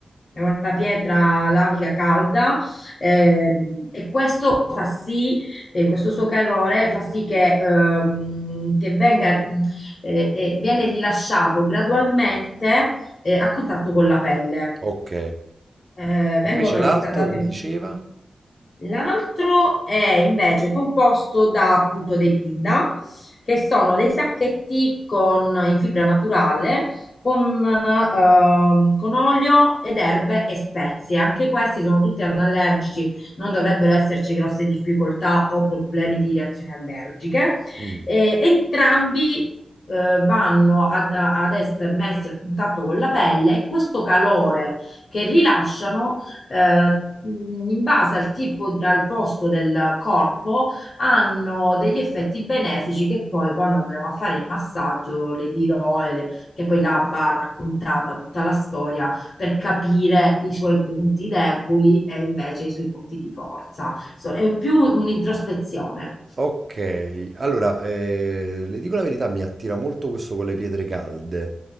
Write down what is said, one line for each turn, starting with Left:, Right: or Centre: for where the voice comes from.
Left: È una pietra lavica calda ehm, e questo fa sì, eh, questo suo calore fa sì che, ehm, che venga, mh, eh, eh, viene rilasciato gradualmente eh, a contatto con la pelle.
Right: Ok.
Left: Eh, vengono
Right: Invece l'altro
Left: riscaldate.
Right: che mi diceva?
Left: L'altro è invece composto da appunto dei pinda, che sono dei sacchetti con, in fibra naturale con, ehm, con olio ed erbe e spezie. Anche questi sono tutti anallergici, non dovrebbero esserci grosse difficoltà o problemi di reazioni allergiche.
Right: Mm.
Left: E entrambi eh, vanno ad, ad essere messi a contatto con la pelle e questo calore che rilasciano eh, mh, in base al tipo, di- al posto del corpo, hanno degli effetti benefici che poi quando andremo a fare il massaggio le dirò, e le- che poi là va raccontata tutta la storia per capire i suoi punti deboli e invece i suoi punti di forza. So- è più un'introspezione.
Right: Ok, allora, eh, le dico la verità, mi attira molto questo con le pietre calde,